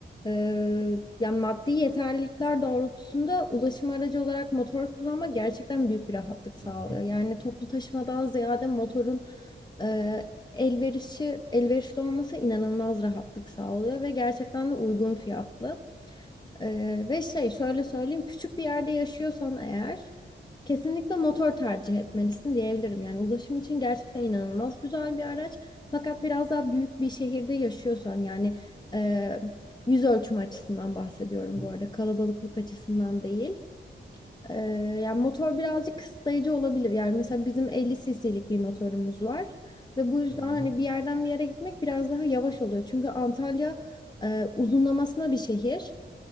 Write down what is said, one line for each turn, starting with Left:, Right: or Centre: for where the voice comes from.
Left: e, yani maddi yeterlilikler doğrultusunda ulaşım aracı olarak motor kullanmak gerçekten büyük bir rahatlık sağlıyor.
Right: Hı hı.
Left: Yani toplu taşımadan ziyade motorun e, elverişi, elverişli olması inanılmaz rahatlık sağlıyor ve gerçekten de uygun fiyatlı. Ee, ve şey şöyle söyleyeyim küçük bir yerde yaşıyorsan eğer kesinlikle motor tercih etmelisin diyebilirim. Yani ulaşım için gerçekten inanılmaz güzel bir araç. Fakat biraz daha büyük bir şehirde yaşıyorsan yani e, yüz ölçümü açısından bahsediyorum
Right: Hı
Left: bu arada kalabalıklık açısından değil. E, yani motor birazcık kısıtlayıcı olabilir. Yani mesela bizim 50 cc'lik bir motorumuz var ve bu yüzden
Right: hı. Hı.
Left: hani bir yerden bir yere gitmek biraz daha yavaş oluyor. Çünkü Antalya e, uzunlamasına bir şehir.